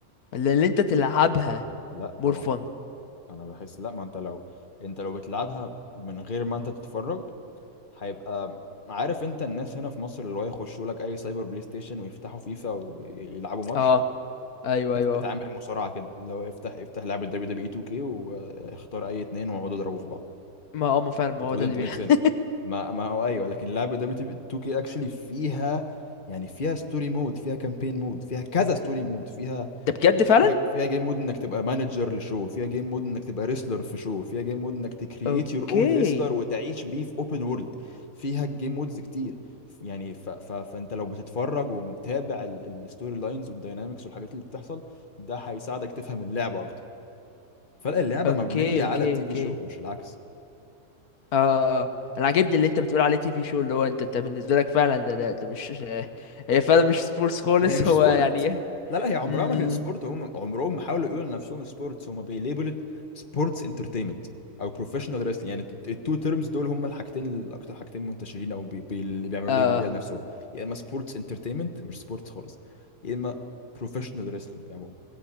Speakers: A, on the left; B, on the left.
A: ولا اللي انت تلعبها
B: لا طبعا
A: more fun
B: انا بحس لا ما انت لو انت لو بتلعبها من غير ما انت تتفرج هيبقى عارف انت الناس هنا في مصر اللي هو يخشوا لك اي سايبر بلاي ستيشن ويفتحوا فيفا ويلعبوا ماتش
A: اه ايوه
B: في ناس
A: ايوه
B: بتعامل مصارعه كده اللي هو افتح افتح لعبه دبليو دبليو اي 2 كي واختار اي اتنين واقعدوا اضربوا في بعض
A: ما اه ما فعلا ما
B: it
A: هو
B: wouldn't
A: ده اللي بيحصل
B: make sense ما ما هو ايوه لكن لعبه دبليو 2 كي actually فيها يعني فيها ستوري مود فيها كامبين مود فيها كذا ستوري مود فيها
A: ده بجد فعلا
B: فيها فيها جيم مود انك تبقى مانجر لشو فيها جيم مود انك تبقى ريسلر في شو فيها جيم مود انك تكريت
A: اوكي
B: يور اون ريسلر وتعيش بيه في اوبن وورلد فيها جيم مودز كتير يعني ف... ف... فانت لو بتتفرج ومتابع الستوري لاينز والداينامكس والحاجات اللي بتحصل ده هيساعدك تفهم اللعبة اكتر فاللعبة
A: اوكي
B: مبنية
A: اوكي
B: على التي
A: اوكي
B: في شو مش العكس
A: اه انا عاجبني اللي انت بتقول عليه تي في شو اللي هو انت انت بالنسبه لك فعلا ده ده, ده مش <laughs> هي فعلا مش سبورتس خالص
B: ما هي مش
A: <laughs> هو
B: سبورت
A: يعني ايه.
B: لا لا هي عمرها
A: م-
B: ما كانت سبورت
A: م-
B: هم عمرهم ما حاولوا يقولوا لنفسهم سبورتس هم بيليبلت سبورتس انترتينمنت او بروفيشنال ريسلينج يعني الت- التو تيرمز دول هم الحاجتين الاكتر حاجتين منتشرين او بي بي اللي بيعملوا
A: اه
B: ليبل بيها لنفسهم يا اما سبورتس انترتينمنت مش سبورتس خالص يا اما بروفيشنال ريسلينج عموما